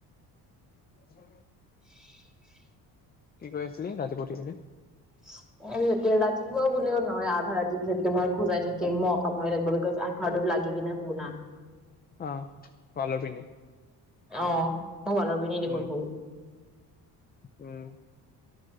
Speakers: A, on the left; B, in the centre.
A: <unintelligible>
B: উ <unintelligible>
A: কি কৈ আছিলি, ৰাতিপুৱা উঠি কিনে?
B: স ৰাতিপুৱা বুলও নহয় আধা ৰাতিৰ পিছত তোমই খোজাই থাকিম মই কাময় থাকিব বিকজ হদত লাগি কিনে হওনা?
A: অ ৱালৰ পিনে
B: অ ম ভালবিন দেখোন
A: উম।
B: হুও
A: উম